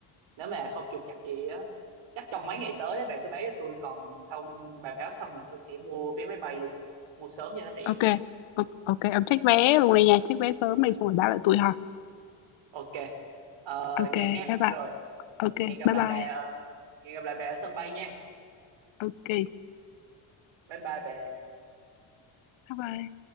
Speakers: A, on the right (about 70°); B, on the left (about 75°).
A: nếu mà không trục trặc gì á chắc trong mấy ngày tới á, bà cứ báo cho tôi còn xong bà báo xong rồi tôi sẽ mua vé máy bay luôn mua sớm cho nó rẻ
B: ok ok ok ông check vé luôn đi nha check vé sớm đi xong rồi báo lại tôi ha
A: ok Ờ,
B: ok
A: vậy nha
B: bye bye
A: rồi
B: ok
A: hẹn gặp
B: bye
A: lại
B: bye
A: bà ờ, hẹn gặp lại bà ở sân bay nha
B: ok
A: bye bye bà
B: bye bye